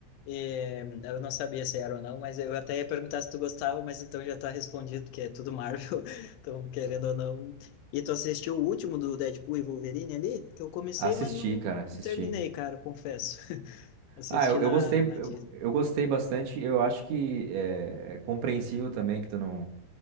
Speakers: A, on the left; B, on the right.
A: E, hum, eu não sabia se era ou não, mas eu até ia perguntar se tu gostava, mas então já tá respondido, que é tudo Marvel, <laughs> então querendo ou não. E tu assistiu o último do Deadpool e Wolverine ali? Que eu comecei,
B: Assisti,
A: mas não
B: cara, assisti.
A: terminei, cara, confesso. <laughs> Assisti
B: Ah, eu,
A: na,
B: eu gostei,
A: na
B: eu,
A: Disney.
B: eu gostei bastante. Eu acho que é, é compreensível também que tu não,